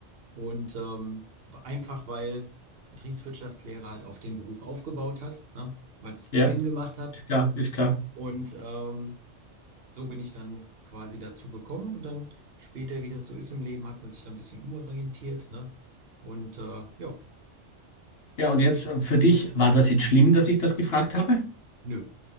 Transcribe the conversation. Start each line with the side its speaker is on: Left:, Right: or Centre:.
Right: Und ähm, einfach weil Betriebswirtschaftslehre halt auf den Beruf aufgebaut hat, ne? Weil es
Left: Ja,
Right: Sinn gemacht hat.
Left: ist klar, ist klar.
Right: Und ähm, so bin ich dann quasi dazu gekommen und dann später, wie das so ist im Leben, hat man sich dann ein bisschen umorientiert, ne? Und äh, ja,
Left: Ja, und jetzt äh, für dich, war das jetzt schlimm, dass ich das gefragt habe?
Right: nö,